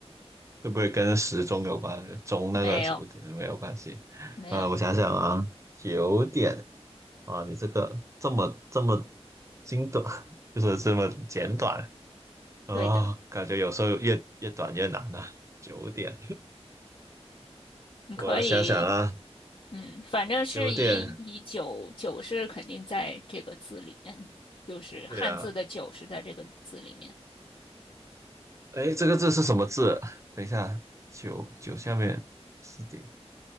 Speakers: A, on the right (about 25°); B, on the left (about 50°).
A: 会不会跟时钟有关？钟那个九点没有关系。
B: 没有没有，
A: 呃，我想想啊，九点啊，你这个这么这么精短，就是这么简短啊，
B: 对的，
A: 感觉有时候越越短越难啊。九点，
B: 你可以。
A: 我想想啊，
B: 嗯，反正是以以九九是肯定在这个字里面，
A: 九点，
B: 就是汉字的九是在这个字里面。
A: 对啊，哎，这个字是什么字？等一下，九九下面四点，